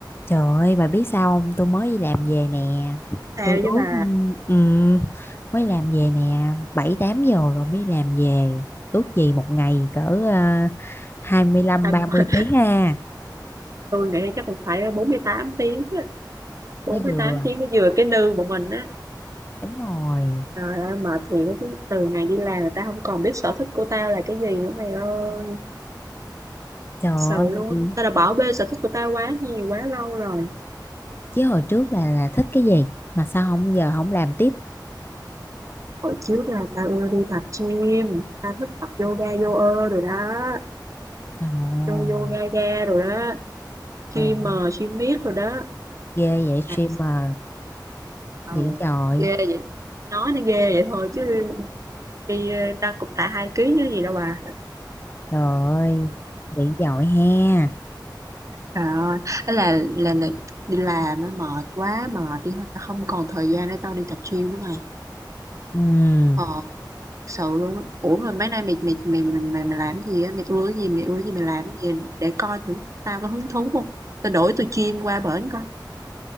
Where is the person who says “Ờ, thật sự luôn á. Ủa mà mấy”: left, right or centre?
Right